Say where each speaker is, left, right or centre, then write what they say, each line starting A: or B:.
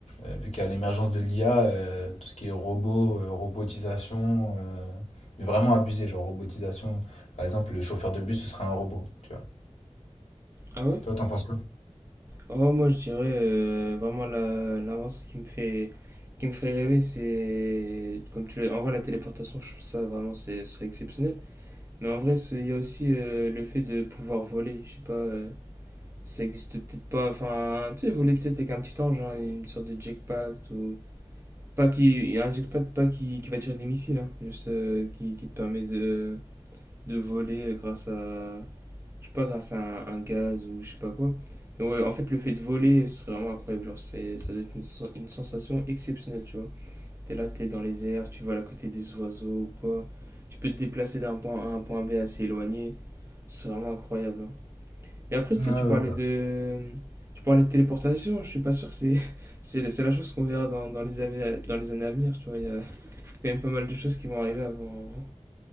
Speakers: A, on the left; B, on the right.
A: euh, vu qu'à l'émergence de l'IA, euh, tout ce qui est robot, euh, robotisation, euh, mais vraiment abusé, genre robotisation. Par exemple, le chauffeur de bus, ce sera un robot, tu vois.
B: Ah ouais?
A: Toi, t'en penses quoi?
B: Oh, moi, je dirais euh, vraiment la- l'avance qui me fait, qui me ferait rêver, c'est comme tu l'as. En vrai, la téléportation, je trouve ça vraiment, c'est- ce serait exceptionnel. Mais en vrai, c'est- il y a aussi euh, le fait de pouvoir voler. Je sais pas, euh, ça existe peut-être pas. Enfin, tu sais, voler peut-être avec un petit ange, hein, une sorte de jetpack ou pas qui, un jetpack pas qui, qui va tirer des missiles, hein, juste euh, qui, qui te permet de, de voler euh, grâce à je sais pas, grâce à un, un gaz ou je sais pas quoi. Et ouais, en fait, le fait de voler, c'est vraiment incroyable. Genre, c'est, ça doit être une, sen- une sensation exceptionnelle, tu vois. T'es là, t'es dans les airs, tu voles à côté des oiseaux ou quoi. Tu peux te déplacer d'un point A à un point B assez éloigné. C'est vraiment incroyable. hein. Et après,
A: Ouais,
B: tu sais, tu parlais
A: bah.
B: de... Tu parlais de téléportation, je suis pas sûr, c'est, <laughs> c'est, c'est la chose qu'on verra dans, dans les années dans les années à venir, tu vois. Il y a quand même pas mal de choses qui vont arriver avant... hein.